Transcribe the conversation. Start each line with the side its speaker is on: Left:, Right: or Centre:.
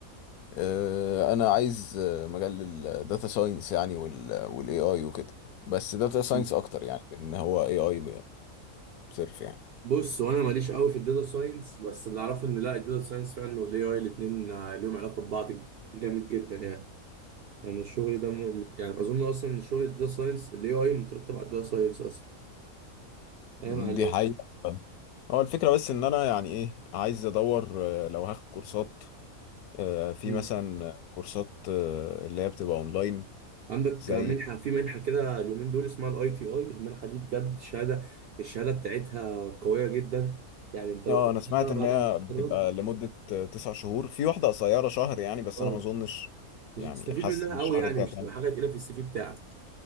Left: آه، انا عايز آه، مجال الداتا ساينس يعني وال والاي اي وكده بس داتا ساينس
Right: مم.
Left: اكتر يعني من ان هو اي اي صرف يعني
Right: بص وانا ماليش قوي في الداتا ساينس بس اللي اعرفه ان لا الداتا ساينس فعلا والاي اي الاثنين ليهم علاقه ببعض جامد جدا يعني يعني الشغل ده م... يعني اظن اصلا ان شغل الداتا ساينس الاي اي مترتب على الداتا ساينس اصلا فاهم
Left: دي
Right: عليك
Left: حقيقه هو الفكره بس ان انا يعني ايه عايز ادور آه، لو هاخد كورسات آه، في
Right: مم.
Left: مثلا كورسات آه، اللي هي بتبقى اونلاين
Right: عندك
Left: زي
Right: منحة في منحة كده اليومين دول اسمها الاي تي اي المنحة دي بجد شهادة الشهادة بتاعتها قوية جدا يعني انت لو
Left: اه
Right: خدتها
Left: انا سمعت ان
Right: بعد
Left: هي
Right: ما تتخرج
Left: بتبقى لمدة تسع شهور في واحدة قصيرة شهر يعني بس
Right: اه
Left: انا ما اظنش
Right: مش
Left: يعني
Right: هتستفيد
Left: حاسس
Right: منها
Left: ان الشهر
Right: قوي يعني
Left: ده
Right: مش
Left: هتعمل
Right: هتبقى حاجة تقيلة في السي في بتاعك